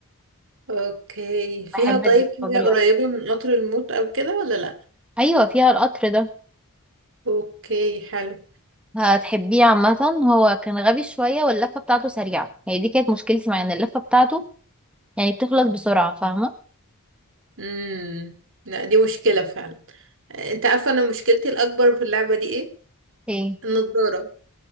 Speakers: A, on the right; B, in the centre.
A: اوكي فيها
B: بحب
A: طيب
B: الديسكفري
A: حاجه قريبه
B: أكتر.
A: من قطر الموت او كده ولا لا
B: ايوه فيها القطر ده
A: اوكي حلو
B: هتحبيه عامة هو كان غبي شوية واللفة بتاعته سريعة هي دي كانت مشكلتي مع ان اللفة بتاعته يعني بتخلص بسرعة فاهمة
A: امم لا دي مشكله فعلا انت عارفه انا مشكلتي الاكبر في اللعبه دي ايه
B: ايه
A: النضاره